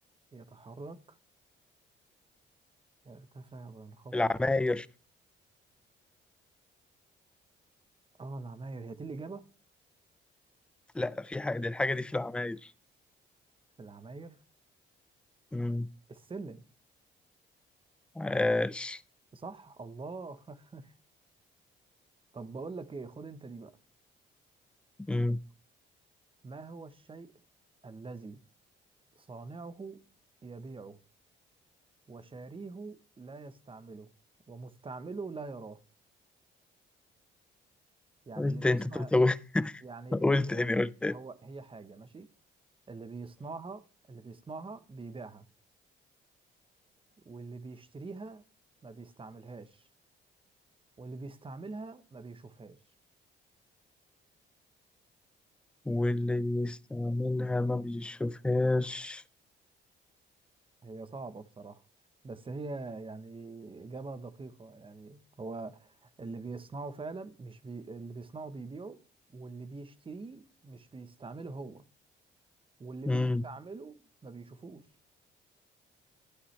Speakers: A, on the right; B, in the centre.
A: يتحرك يرتفع وينخفض
B: العماير
A: ولا اه العماير هي دي الإجابة
B: لا في حاجة دي الحاجة دي في العماير
A: العماير
B: مم.
A: السلم
B: عاش
A: صح الله <laughs> طب بقول لك ايه خد انت دي بقى
B: مم.
A: ما هو الشيء الذي صانعه يبيعه وشاريه لا يستعمله ومستعمله لا يراه يعني
B: قلت
A: اللي بيصنع
B: أنت طب- طب- <laughs>
A: يعني
B: قلت
A: اللي بي...
B: تاني قلت تاني
A: هو هي حاجة ماشي اللي بيصنعها اللي بيصنعها بيبيعها واللي بيشتريها ما بيستعملهاش واللي بيستعملها ما بيشوفهاش
B: واللي بيستعملها ما بيشوفهاش
A: هي صعبة بصراحة بس هي يعني إجابة دقيقة يعني هو اللي بيصنعه فعلا مش بي... اللي بيصنعه بيبيعه واللي بيشتريه مش بيستعمله هو واللي
B: امم
A: بيستعمله ما بيشوفوش